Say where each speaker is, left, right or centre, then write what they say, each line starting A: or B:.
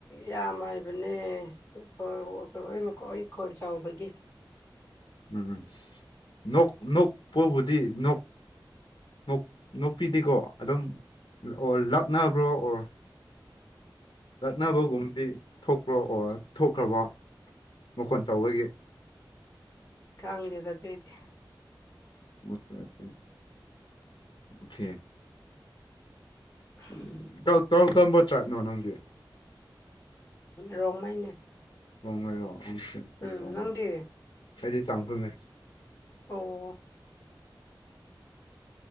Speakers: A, on the left; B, on the left.
A: ꯌꯥꯝ ꯍꯥꯏꯕꯅꯦ <unintelligible> ꯑꯩ ꯃꯈꯣꯟ ꯑꯩ ꯈꯣꯟ ꯆꯥꯎꯕꯒꯤ
B: ꯎꯝ ꯅꯣꯛ ꯅꯣꯛꯄꯕꯨꯗꯤ ꯅꯣꯛ ꯅꯣꯛ ꯅꯣꯛꯄꯤꯗꯤꯀꯣ ꯑꯗꯨꯝ ꯑꯣ ꯂꯛꯅꯕ꯭ꯔꯣ ꯑꯣꯔ ꯅꯛꯅꯕꯒꯨꯝꯕꯗꯤ ꯊꯣꯛꯄ꯭ꯔꯣ ꯑꯣꯔ ꯊꯣꯛꯈ꯭ꯔꯕꯣ ꯃꯈꯣꯟ ꯆꯥꯎꯕꯒꯤ
A: ꯈꯪꯗꯦꯗ ꯑꯗꯨꯏꯗꯤ
B: ꯑꯣꯀꯦ ꯑꯣꯀꯦ ꯑꯣꯈꯦ
A: <inaudible>
B: ꯀꯜ ꯀꯔꯝ ꯀꯔꯝꯕ ꯇ꯭ꯔꯥꯏꯕꯅꯣ ꯅꯪꯗꯤ
A: ꯔꯣꯡꯃꯩꯅꯦ
B: ꯔꯣꯡꯃꯩꯔꯣ ꯑꯪꯀꯦ
A: ꯎꯝ
B: ꯔꯣꯡ
A: ꯅꯪꯗꯤ
B: ꯑꯩꯗꯤ ꯇꯥꯡꯈꯨꯜꯅꯦ
A: ꯑꯣ